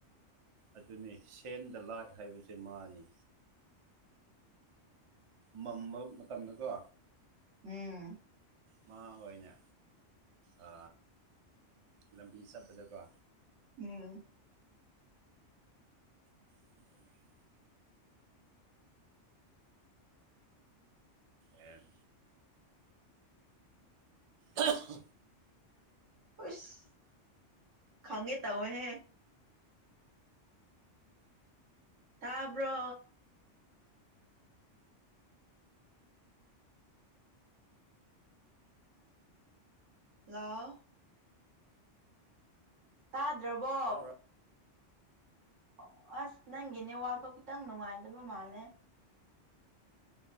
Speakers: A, on the right; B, on the right.
A: ꯑꯗꯨꯅꯦ ꯁꯦꯟꯗ ꯂꯥꯏ ꯍꯥꯏꯕꯁꯦ ꯃꯥꯅꯤ ꯃꯝꯕ ꯃꯇꯝꯗꯀꯣ
B: ꯎꯝ
A: ꯃꯥ ꯑꯣꯏꯅ ꯑ ꯂꯝꯕꯤ ꯆꯠꯄꯗꯀꯣ
B: ꯎꯝ
A: <unintelligible> ꯑꯦꯝ <unintelligible>
B: ꯑꯨꯏꯁ ꯈꯪꯒꯦ ꯇꯧꯋꯦꯍꯦ ꯇꯥꯕ꯭ꯔꯣ ꯂꯣ ꯇꯥꯗ꯭ꯔꯕꯣ
A: ꯇꯥꯕ꯭ꯔꯥ
B: ꯑꯣ ꯑꯁ ꯅꯪꯒꯤ ꯅꯦꯋꯥꯛꯇꯣ ꯈꯤꯇꯪ ꯅꯨꯡꯉꯥꯏꯗꯕ ꯃꯥꯜꯂꯦ